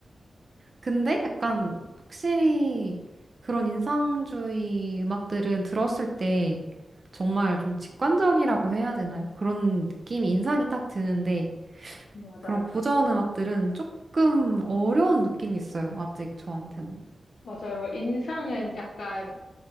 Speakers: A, on the right; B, on the left.
A: 근데 약간, 확실히, 그런 인상주의 음악들은 들었을 때, 정말 좀 직관적이라고 해야 되나요? 그런 느낌이, 인상이 딱 드는데,
B: <laughs>
A: 그런
B: 맞아요.
A: 고전 음악들은 조금 어려운 느낌이 있어요. 아직 저한테는.
B: 맞아요. 인상은 약간